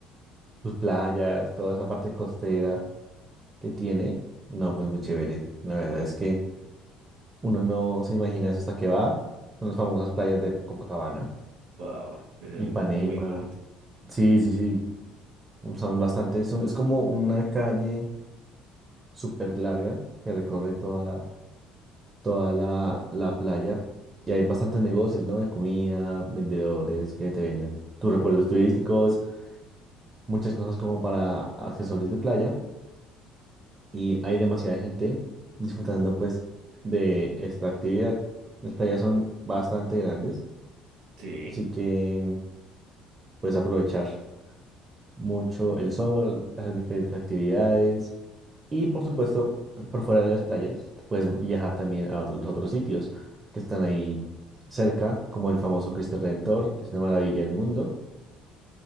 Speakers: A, on the right; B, on the right.
A: sus playas, toda esa parte costera que tiene. No, pues muy chévere. La verdad es que uno no se imagina eso hasta que va. Son las famosas playas de Copacabana,
B: Wow, es
A: Ipanema.
B: muy bonito.
A: Sí, sí, sí. Son bastante. Son, es como una calle súper larga que recorre toda, toda la, la playa. Y hay bastantes negocios, ¿no? De comida, vendedores que te venden tus recuerdos turísticos muchas cosas como para accesorios de playa y hay demasiada gente disfrutando pues de esta actividad. Las playas son bastante grandes,
B: Sí.
A: así que puedes aprovechar mucho el sol, hacer diferentes actividades y por supuesto por fuera de las playas puedes viajar también a otros, los otros sitios que están ahí cerca, como el famoso Cristo Redentor, que es una maravilla del mundo,